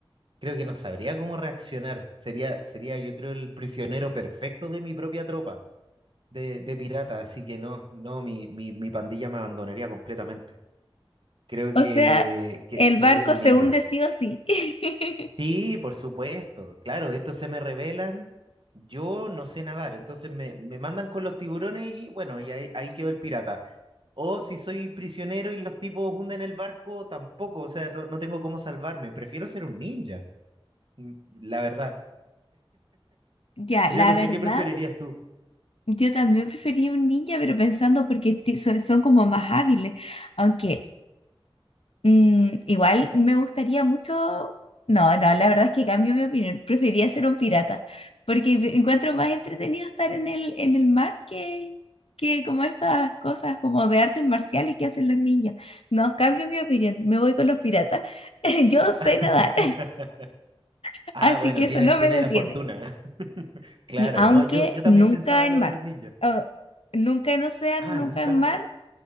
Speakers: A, on the right (about 60°); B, on the left (about 80°).
A: Creo que no sabría cómo reaccionar. Sería, sería, yo creo, el prisionero perfecto de mi propia tropa de, de pirata. Así que no, no, mi, mi, mi pandilla me abandonaría completamente. Creo
B: O
A: que,
B: sea,
A: que
B: el
A: sería
B: barco
A: un
B: se
A: ninja.
B: hunde sí o sí. <laughs>
A: Sí, por supuesto. Claro, estos se me revelan. Yo no sé nadar, entonces me, me mandan con los tiburones y bueno, y ahí, ahí quedó el pirata. O si soy prisionero y los tipos hunden el barco, tampoco, o sea, no, no tengo cómo salvarme. Prefiero ser un ninja, mm, la verdad.
B: Ya,
A: Yo
B: la
A: no sé
B: verdad.
A: qué preferirías tú.
B: Yo también prefería un ninja, pero pensando porque ti- so- son como más hábiles. Aunque mm, igual me gustaría mucho. No, no, la verdad es que cambio mi opinión. Prefería ser un pirata. Porque me- encuentro más entretenido estar en el, en el mar que, que como estas cosas como de artes marciales que hacen los ninjas. No, cambio mi opinión. Me voy con los piratas. <laughs> Yo sé nadar,
A: <laughs>
B: <laughs>
A: Ah,
B: así
A: bueno,
B: que eso
A: tienes,
B: no
A: tienes
B: me detiene.
A: la fortuna. <laughs>
B: Sí,
A: Claro,
B: aunque
A: no, yo, yo también
B: nunca
A: pensaba
B: en
A: lo
B: mar.
A: de los ninjas.
B: Oh, Nunca en océano,
A: Ah,
B: nunca
A: nunca.
B: en mar.